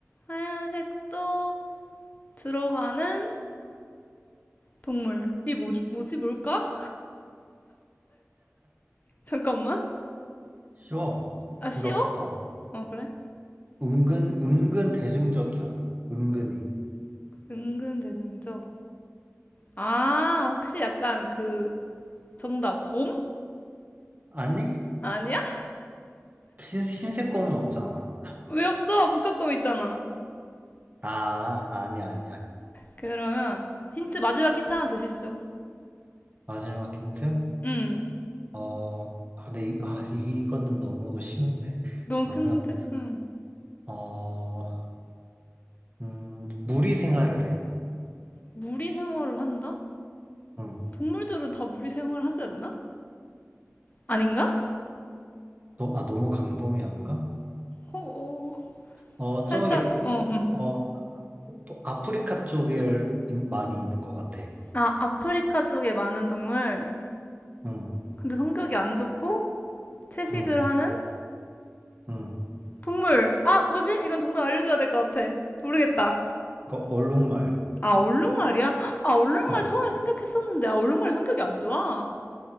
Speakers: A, on the left (about 35°); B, on the right (about 30°).
A: 하얀색도 들어가는 동물이 뭐, 뭐지 뭘까? <laughs> 잠깐만
B: 쉬워.
A: 아 쉬워?
B: 생각보다.
A: 어 그래?
B: 은근, 은근 대중적이야. 은근히.
A: 은근 대중적 아 혹시 약간 그 정답 곰?
B: 아니?
A: 아니야?
B: 흰, 흰색 검은 없잖아.
A: 왜 없어? 북극곰 있잖아
B: 아, 아니야, 아니야.
A: 그러면 힌트 마지막 힌트 하나 주십시오.
B: 마지막 힌트?
A: 음,
B: 어, 아, 근데, 이, 아, 이- 이거는 너무 쉬운데.
A: 너무
B: 그러면,
A: 큰 힌트? 음,
B: 어, 음, 무리 생활을 해.
A: 무리 생활을 한다?
B: 응.
A: 동물들은 다 무리 생활을 하지 않나? 아닌가?
B: 너, 아, 너무 강범위한가?
A: 어,
B: 어, 저기,
A: 살짝 어, 음.
B: 어, 아, 아프리카 쪽에 많이 있는 것 같아.
A: 아, 아프리카 쪽에 많은 동물.
B: 응,
A: 근데 성격이 안 좋고 채식을
B: 응,
A: 하는
B: 응.
A: 동물. 아, 뭐지? 이건 정답 알려줘야 될 것 같아. 모르겠다.
B: 이거 얼룩말.
A: 아, 얼룩말이야? 아, 얼룩말
B: 어.
A: 처음에 생각했었는데, 아, 얼룩말이 성격이 안 좋아.